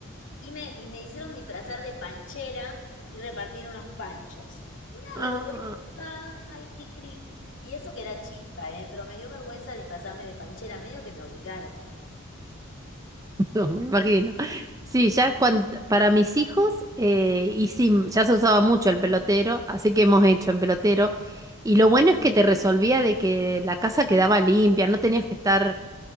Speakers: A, on the left; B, on the right.
A: Y me, y me hicieron disfrazar de panchera y repartir unos panchos. Una
B: Ah.
A: vergüenza, ay, qué cringe. Y eso que era chica, eh, pero me dio vergüenza disfrazarme de panchera, medio que me obligaron.
B: No, me imagino. Sí, ya cuan- para mis hijos, eh, y sí, ya se usaba mucho el pelotero, así que hemos hecho en pelotero. Y lo bueno es que te resolvía de que la casa quedaba limpia, no tenías que estar,